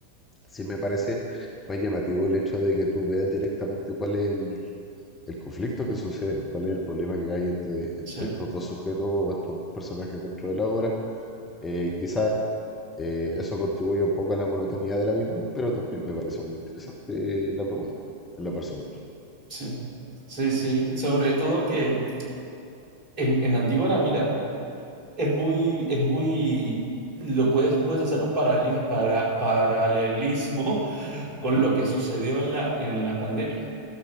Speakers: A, on the left; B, on the right.
A: sí me parece más llamativo el hecho de que tú veas directamente cuál es el, el conflicto que sucede, cuál es el problema que hay entre, entre
B: Sí,
A: estos dos sujetos o estos dos personajes dentro de la obra. Eh, quizás eh, eso contribuye un poco a la monotonía de la misma, pero también me parece muy interesante eh, la propuesta, en lo personal.
B: sí, sí, sí. Sobre todo que en, en Antígona, mira, es muy, es muy, lo puedes, puedes hacer un paraleli- para- paralelismo <laughs> con lo que sucedió en la, en la pandemia.